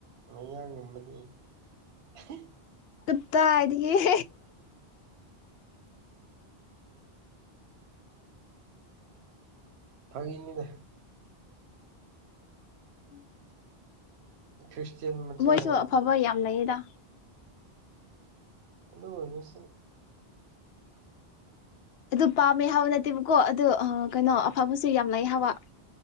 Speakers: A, on the right (about 85°); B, on the left (about 75°).
A: ꯃꯌꯥꯡꯒꯨꯝꯕꯗꯤ ꯍꯦ
B: ꯀꯠꯇꯥꯏꯗꯒꯤ <inaudible>
A: ꯐꯪꯉꯦꯅꯤꯗ
B: <inaudible>
A: ꯈ꯭ꯔꯤꯁꯇꯦꯟ ꯃꯆꯥ
B: ꯃꯣꯏꯁꯨ
A: ꯑꯣꯏꯕꯅꯤ
B: ꯑꯐꯕ ꯌꯥꯝ ꯂꯩꯌꯦꯗ
A: ꯑꯗꯣꯑꯣꯏꯔꯁꯨ
B: ꯑꯗꯨ ꯄꯥꯝꯃꯦ ꯍꯥꯕ ꯅꯠꯇꯦꯕꯀꯣ ꯑꯗꯨ ꯑ ꯀꯩꯅꯣ
A: ꯎꯝ
B: ꯑꯐꯕꯁꯨ ꯌꯥꯝ ꯂꯩ ꯍꯋꯥ